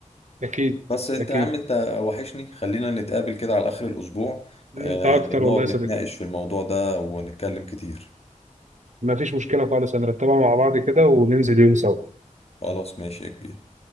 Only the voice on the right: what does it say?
أكيد
أكيد
أنت
أكتر
والله يا
صديقي
مفيش مشكلة خالص هنرتبها مع بعض كده وننزل يوم سوا